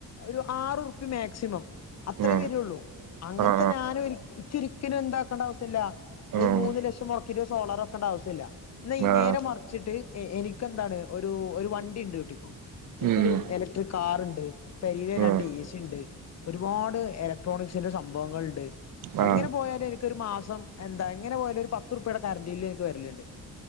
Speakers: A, on the left; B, on the right.
A: ഒരു ആറ്‌റുപ്പി മാക്സിമം. അത്രേ
B: ഉം
A: വരുള്ളൂ അങ്ങനത്തെ
B: ആ ആ
A: ഞാനും ഇച്ചൊരിക്കലും എന്താക്കേണ്ട ആവശ്യല്ല. ഒരു
B: ഉം
A: മൂന്ന് ലക്ഷം മുടക്കിട്ട് സോളാറ് വെക്കേണ്ട ആവശ്യം ഇല്ല, ഇന്ന ഈ
B: ആ
A: നേരെ മ വച്ചിട്ട് എനിക്ക് എന്താണ് ഒരു, ഒരു വണ്ടി ഉണ്ട് വീട്ടി എനിക്കൊരു
B: ഉം
A: ഇലക്ട്രിക് കാറുണ്ട് പെരേല്
B: ഉം
A: രണ്ട് എ സി ഉണ്ട്. ഒരുപാട് ഇലക്ട്രോണിക്സിന്റെ സംഭവങ്ങൾ ഉണ്ട്,
B: ആ ആ
A: എങ്ങനെ പോയാല് എനിക്കൊരു മാസം എന്താ എങ്ങനെ പോയാലും ഒരു പത്ത് റുപയുടെ കറണ്ട് ബില്ല് എനിക്ക് വരിലുണ്ട്.